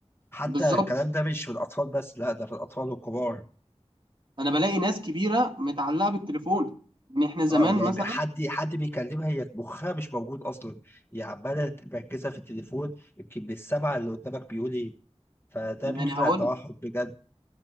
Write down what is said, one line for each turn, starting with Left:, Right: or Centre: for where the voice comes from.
Left: حتى
Right: بالظبط
Left: الكلام ده مش في الاطفال بس لا ده في الاطفال والكبار
Right: انا بلاقي ناس كبيرة متعلقة بالتليفون ان احنا زمان
Left: اه يعني
Right: مثلا
Left: يبقى حد حد بيكلمها هي مخها مش موجود اصلا هي عماله مركزه في التليفون يمكن بالسمع اللي قدامك بيقول ايه فده
Right: يعني
Left: بيخلق
Right: هقول
Left: توحد بجد